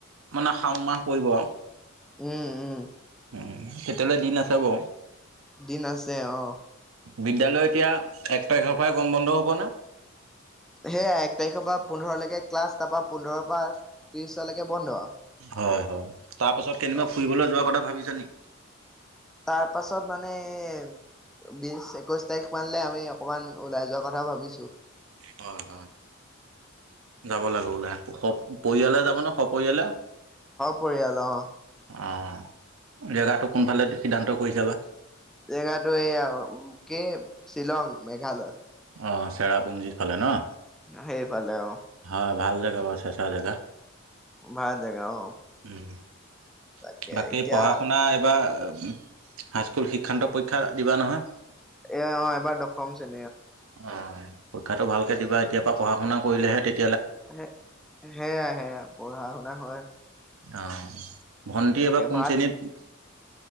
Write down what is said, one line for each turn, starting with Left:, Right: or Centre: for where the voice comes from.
Right: মানে শাওণ মাহ পৰিব আৰু।
Centre: উম উম।
Right: উম তেতিয়ালে দিন আছে বাৰু।
Centre: দিন আছে অ।
Right: বিদ্যালয় এতিয়া এক তাৰিখৰ পৰা গৰম বন্ধ হ'ব নে
Centre: সেয়া এক তাৰিখৰ পৰা পোন্ধৰলৈকে ক্লাছ তাৰপা পোন্ধৰ পৰা ত্ৰিশলৈকে বন্ধ
Right: হয় হয় তাৰ পাছত
Centre: হয়
Right: কেই দিন মান ফুৰিবলৈ যোৱাৰ কথা ভাবিছা নি?
Centre: তাৰ পাছত মানে এ। বিশ একৈশ তাৰিখ মানে আমি অকমান ওলাই যোৱাৰ কথা ভাবিছোঁ।
Right: হয় হয়। যাব লাগে ওলাই স পৰিয়ালে যাব ন সপৰিয়ালে।
Centre: পৰিয়াল অহ
Right: আহ জেগাটো কোনফালে সিদ্ধান্ত কৰিছে বা।
Centre: জেগাটো এইয়া কি শ্বিলং মেঘালয়।
Right: অ চেৰাপুঞ্জী ফালে ন।
Centre: সেইফালে অ।
Right: হয় ভাল জেগা বা চেচা জেগা।
Centre: ভাল জেগা অ।
Right: <inaudible>
Centre: তাকে
Right: বাকী
Centre: এতিয়া
Right: পঢ়া শুনা এইবাৰ হাইস্কুল শিক্ষান্ত পৰীক্ষা দিবা নহয়।
Centre: এ অ এবাৰ দখম চেনি।
Right: অ পৰীক্ষাটো ভালকে দিবা এতিয়া পৰা পঢ়া শুনা কৰিলেহে তেতিয়া।
Centre: সে সেয়াই সেয়াই পঢ়া শুনা হৈ আছে।
Right: অ ভন্টি
Centre: তাকে
Right: এবাৰ কোন
Centre: ভাত
Right: শ্ৰেণীত